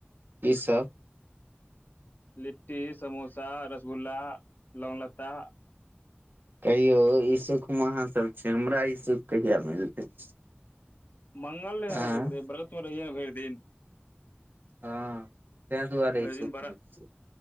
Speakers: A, on the right; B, on the left.
A: कि सब
B: लिट्टी समोसा रसगुल्ला लौंग लत्ता
A: कहियौ ई सुखमे अहाँ सब छै हमरा ई सुख कहिया मिलतै
B: मंगल रहै हमर
A: आँय
B: सबके रहे व्रत मे रहिये भरि दिन
A: हँ तय दुआरे
B: भरि
A: ई सुखम
B: दिन व्र
A: छै